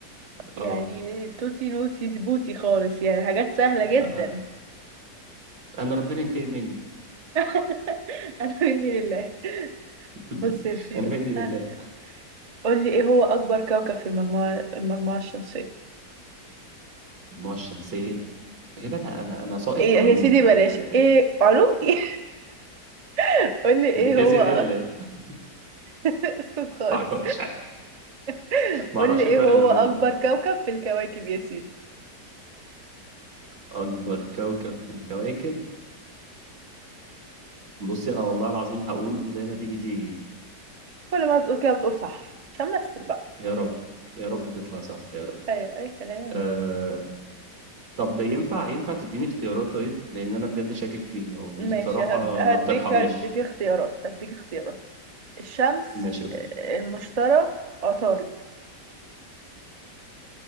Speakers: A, on the right; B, on the right.
A: يعني
B: أه
A: توتي نوتي سبوتي خالص يعني حاجات سهله
B: آه.
A: جدا
B: أنا ربنا ينتقم مني
A: <laughs> انا مني لله
B: <laughs>
A: بص يا سيدي
B: أنا مني لله
A: ها قول لي ايه هو اكبر كوكب في المجموعه المجموعه الشمسيه
B: المجموعة الشمسية يا جدعان أنا أنا أنا ساقط
A: ايه
B: علوم
A: يا سيدي بلاش
B: أنا يعني
A: ايه علوم ايه <laughs> قول لي ايه
B: هي دي فيزياء
A: هو
B: دي ولا إيه؟
A: <laughs>
B: <laughs>
A: اسكت خالص
B: ما أعرفش
A: <laughs>
B: ما
A: قول
B: أعرفش
A: لي ايه
B: الفرق
A: هو
B: ما بينهم
A: اكبر
B: على فكرة
A: كوكب في الكواكب يا سيدي
B: أكبر كوكب في الكواكب بصي أنا والله العظيم هقول زي ما تيجي تيجي
A: كل مره بتقول كده بتقول صح عشان امثل بقى
B: يا رب يا رب تطلع صح يا رب
A: ايوه اي كلام
B: أه... طب ينفع ينفع تديني اختيارات طيب لأن أنا بجد شاكك فيها وأنت
A: ماشي
B: بصراحة
A: هد... هديك
B: ما بترحميش
A: هديك اختيارات هديك اختيارات الشمس
B: ماشي أوكي
A: آه، المشتري عطارد